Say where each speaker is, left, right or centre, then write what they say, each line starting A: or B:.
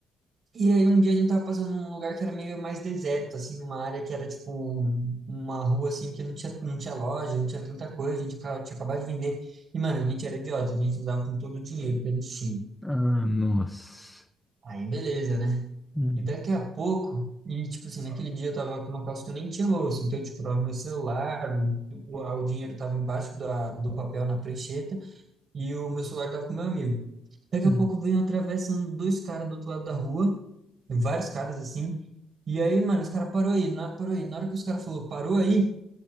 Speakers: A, on the right; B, in the centre.
A: e aí um dia a gente tava passando num lugar que era meio mais deserto, assim, uma área que era tipo uma rua assim que não tinha, não tinha loja, não tinha tanta coisa, a gente acaba- tinha acabado de vender. E, mano, a gente era idiota, a gente andava com todo o dinheiro que a gente tinha.
B: Ah, nossa.
A: Aí beleza, né?
B: Hum,
A: E daqui a pouco, e tipo assim, naquele dia eu tava com uma calça que eu nem tinha bolso, então eu, tipo, tava meu celular, o, o, o dinheiro tava embaixo da, do papel na prancheta, e o meu celular tava com meu amigo. Daqui
B: hum,
A: a pouco vem atravessando dois caras do outro lado da rua vários caras assim. E aí, mano, os caras parou aí, na, parou aí. Na hora que os caras falou parou aí,